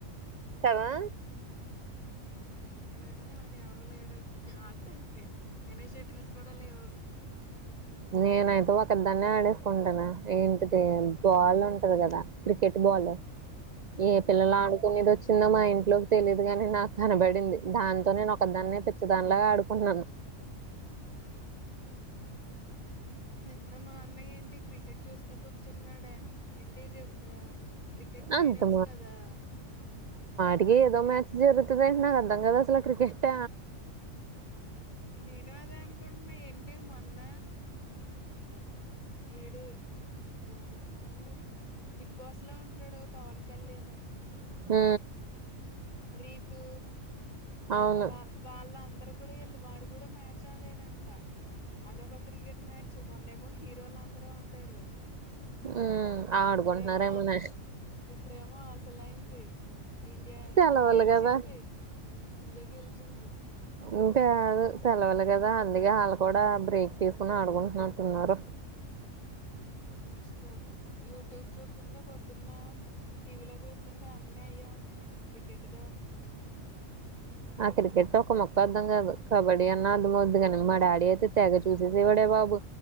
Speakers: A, on the right; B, on the left.
A: కావా
B: ఇక్కడ ఏమంది నాకు ఎవరో లేరు ఆడడానినికి అయినా షర్టిల్స్ కూడా లేవు
A: నేనైతే ఒక దాన్నే ఆడేసుకుంటాను ఏంటిది బాల్ ఉంటంది కదా క్రికెట్ బాల్ ఏ పిల్లలు
B: ఆ!
A: ఆడుకునేది వచ్చిందో మా ఇంటి ఇట్లోకి తెలియదు కాగాని నాకు కనబడింది దాంతో నేను ఒకదాన్నే పిచ్చదానిలాగా ఆడుకున్నాను
B: హ నిన్న మా అన్నయ్య ఏంటి క్రికెట్ చూస్తే కూర్చున్నాడా ఏంటి ర క్రికెట్ ఫైనల్స్
A: అంత
B: కదా
A: అటిక ఏదో మ్యాచ్ జరుతుందంట నా అందంగాదా అసలు క్రికెట్
B: నేను అదే అనుకుంటున్నా ఏంటి మొన్న ఈడు ఎవరు ఉన్నారు బిగ్ బాస్ లో ఉంటాడు పవన్ కళ్యాణ
A: హ
B: రీతు
A: అవును
B: వా వాళ్ళ అందరు కూడా వెళ్ళ వాడు కూడా మ్యాచ్ ఆడాడంట అదొక క్రికెట్ మ్యాచ్ మొన్నేమో హీరోలు అందరూ ఆడారు
A: ఉమ్ ఆడుకుంటున్నారేమోనే
B: ఇప్పుడమ ఇప్పుడమ అసలయింది ఇండియా
A: సెలవులు
B: ఈ గెలిచింది
A: కదా
B: ఇండియా గెలిచింది
A: ఇంకాేదు సెలవులే కదా అందుకే వాళ్ళు కూడా బ్రేక్ తీసుకుని ఆడుకుంటున్నట్టున్నారు
B: ఇన్స్టా యూట్యూబ్ చూస్తుంటే పొద్దున్న టీవీలో చూస్తుంటే అన్నీ అయే అవుతున్నాయి క్రికెట్దే అతుంది
A: ఆ క్రికెట్ ఒక మొక్క అర్థం కాదు కబడ్డీ అన్నా అర్థమ అద్దు కానీ మా డాడీ అయితే తెగ చూసేసేవాడే బాబు